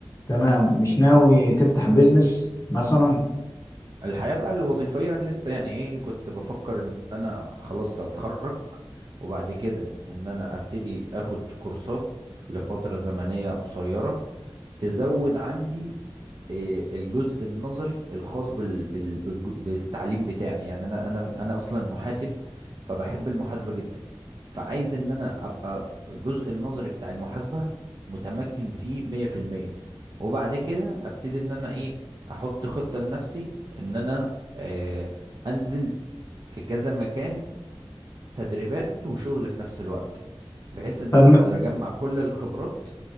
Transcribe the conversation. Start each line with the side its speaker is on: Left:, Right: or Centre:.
Left: تمام مش ناوي تفتح بيزنس مثلا
Right: الحياة بقى الوظيفية أنا لسه يعني ايه كنت بفكر ان انا خلاص هتخرج وبعد كده ان انا ابتدي اخد كورسات لفترة زمنية قصيرة تزود عندي آه، الجزء النظري الخاص بال... بال... بالج- بالتعليم بتاعي يعني انا انا انا اصلا محاسب فبحب المحاسبه جدا فعايز ان انا ابقى الجزء النظري بتاع المحاسبه متمكن فيه 100% وبعد كده ابتدي ان انا ايه احط خطه لنفسي ان انا آه انزل في كذا مكان تدريبات وشغل في نفس الوقت بحيث ان
Left: طب
Right: انا
Left: م-
Right: اقدر اجمع كل الخبرات